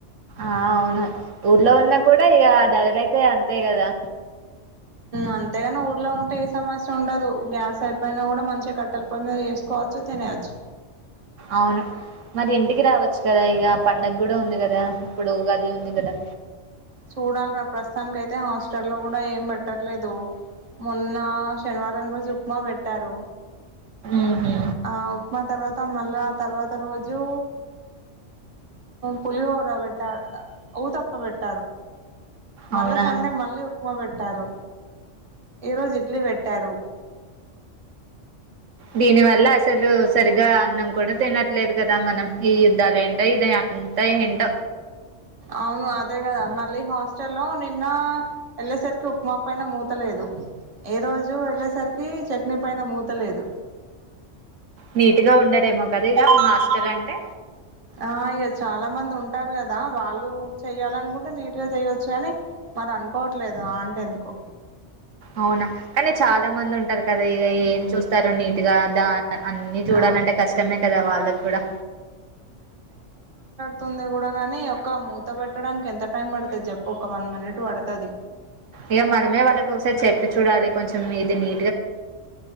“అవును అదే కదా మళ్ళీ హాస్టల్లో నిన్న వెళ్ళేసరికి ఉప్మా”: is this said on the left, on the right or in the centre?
Right